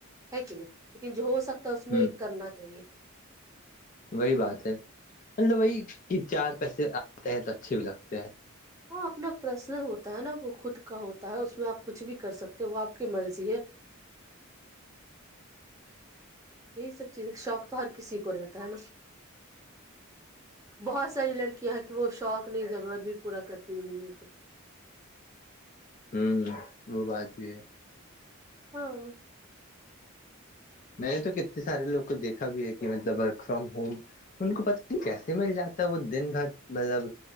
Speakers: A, on the right; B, on the left.
A: ہے کہ نہیں لیکن جو ہو سکتا تو اس
B: ہ
A: میں کرنا چاہیے
B: وہی بات ہے مب وہی کہ چار پیسے آتے ہیں تو اچھے بھی لگتے ہیں
A: ہاں اپنا پرسنل ہوتا ہے نا وہ خود کا ہوتا ہے اس میں آپ کچھ بھی کر سکتے وہ آپ کی مرضی ہے یہی سب چیزیں شوق تو ہر کسی کو رہتا ہے نا
B: <inaudible>
A: بہت ساری لڑکیاں ہیں کہ وہ شوق نہیں ضرورت بھی پورا کرتی انیں میں تو
B: ہوں وہ بات بھی ہے
A: ہاں
B: میں نے تو کتنے سارے لوگ کو دیکھا بھی ہے کہ مطلب ورک فرام ہوم ان کو پتا نہیں کیسے مل جاتا ہے وہ دن بھر مطلب